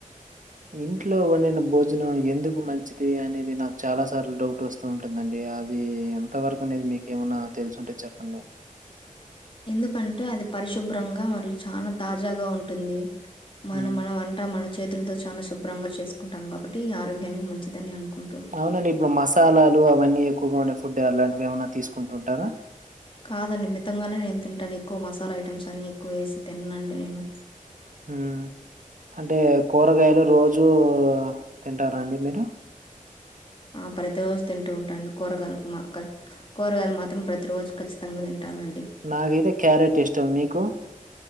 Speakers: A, on the right; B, on the left.
A: ఇంట్లో వొండిన భోజనం ఎందుకు మంచిది అనేది నాక్ చాలా సార్లు డౌటొస్ సు ఉంటుందండి అది ఎంత వరకనేది మీకేమన్న తెల్సుంటే చొప్పండి
B: ఎందుకంటే అది పరిశుభ్రంగా మరి చాల తాజాగా ఉంటుంది మనం
A: హ్మ్.
B: మన వంట మన చేతుల్తో చాలా శుభ్రంగా చేస్కుంటాం గాబట్టీ ఆరోగ్యానికి మంచిదని అనుకుం
A: అవ్నండి ఇబ్బుడు మసాలాలు అవన్నీ ఎక్కువగా ఉండే ఫుడ్డే అలాంటివి ఏమన్నా తీస్కుంటు ఉంటారా
B: కాదండి మితంగానే నేన్ తింటాన్ ఎక్కువ మసాలా ఐటమ్స్ అని ఎక్కువేసి తిన్నండి నేను
A: హూ హంటే కూరగాయలు రోజు తింటారా అండి మీరు
B: ఆ ప్రతిరోజు తింటూ ఉంటాను కూరగాయ్ ల్ మా క కూరగాయిల్ మాత్రం ప్రతి రోజు ఖచ్చితంగా దింటానండి
A: నాకైతే క్యారెట్ ఇష్టం మీకు